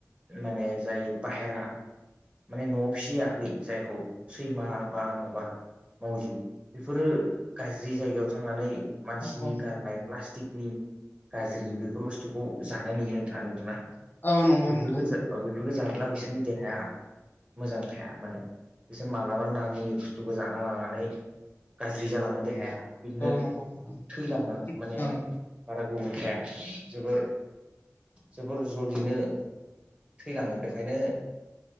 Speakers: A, on the right; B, on the left.
A: माने जाय बाहेरा माने न'आव फिसियाखै जायखौ सैमा बा माबा मावजि बेफोरो गाज्रि जायगायाव थांनानै मानसिनि
B: औ औ
A: गारनाय प्लास्टिकनि गाज्रि बेफोर बुस्थुखौ जानाय नुयो नोंथाङा नुदोंना?
B: औ नंगौ
A: बेफोरखौ
B: नोंथां
A: बेफोरखौ जाब्ला बिसोरनि देहाया मोजां थाया माने बिसोर मालाबा नाङि बुस्थुखौ जाना लानानै गाज्रि जालाङो देहाया बिदिनो
B: औ नंगौ नोंथां
A: थैलाङो माने
B: औ
A: कलत्े बारा गोबौ थाया जोबोर जोबोर जलिनो थैलानङो बेखायनो